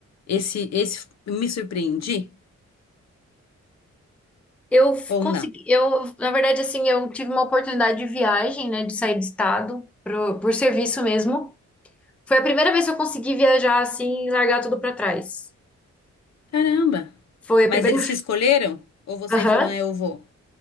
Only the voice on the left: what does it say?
Esse, esse me surpreendi
ou
não?
Caramba.
Mas
eles te escolheram? Ou você
falou, né, eu vou?